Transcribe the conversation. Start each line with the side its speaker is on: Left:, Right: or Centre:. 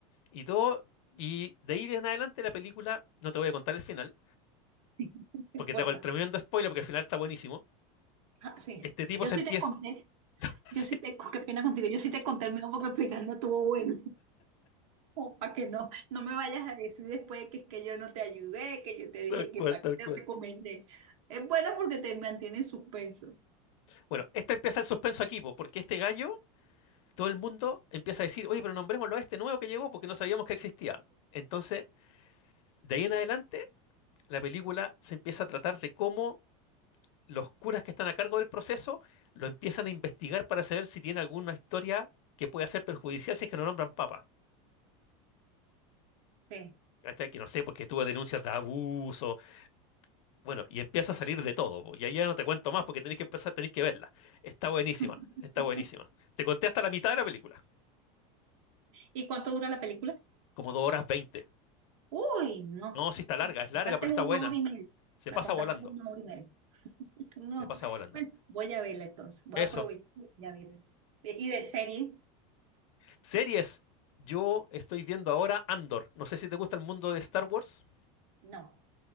Left: y todo. Y de ahí en adelante la película, no te voy a contar el final,
Right: sí, <laughs>
Left: porque te hago
Right: porfa.
Left: el tremendo spoiler, porque el final está buenísimo.
Right: Ah, sí,
Left: Este tipo
Right: yo
Left: se
Right: sí
Left: empieza...
Right: te conté,
Left: <laughs>
Right: yo
Left: Sí,
Right: sí te, qué pena contigo, yo sí te conté el mío porque el final no estuvo bueno. O para que no, no me vayas a decir después que es que yo no te ayudé, que yo te dije
Left: Tal
Right: que
Left: cual,
Right: para
Left: tal
Right: qué te
Left: cual.
Right: recomendé. Es buena porque te mantiene en suspenso.
Left: Bueno, este empieza el suspenso aquí, po, porque este gallo todo el mundo empieza a decir, oye, pero nombrémoslo a este nuevo que llegó porque no sabíamos que existía. Entonces, de ahí en adelante, la película se empieza a tratar de cómo los curas que están a cargo del proceso lo empiezan a investigar para saber si tiene alguna historia que pueda ser perjudicial si es que no nombran papa.
Right: Sí.
Left: Hasta que no sé, porque tuvo denuncias de abuso. Bueno, y empieza a salir de todo. po. Y ahí ya no te cuento más porque tenés que empezar, tenés que verla. Está buenísima,
Right: <laughs>
Left: está buenísima. Te conté hasta la mitad de la película,
Right: ¿Y cuánto dura la película?
Left: como dos horas veinte.
Right: Uy, no.
Left: No, sí está larga,
Right: Me
Left: es larga,
Right: contaste
Left: pero está
Right: una
Left: buena.
Right: hora y media.
Left: Se
Right: Me
Left: pasa
Right: contaste
Left: volando.
Right: una hora y media. No.
Left: Se pasa volando.
Right: Bueno, voy a verla entonces. Voy
Left: Eso.
Right: a aprovechar y a verla. ¿Y de serie?
Left: Series. Yo estoy viendo ahora Andor. No sé si te gusta el mundo de Star Wars.
Right: No.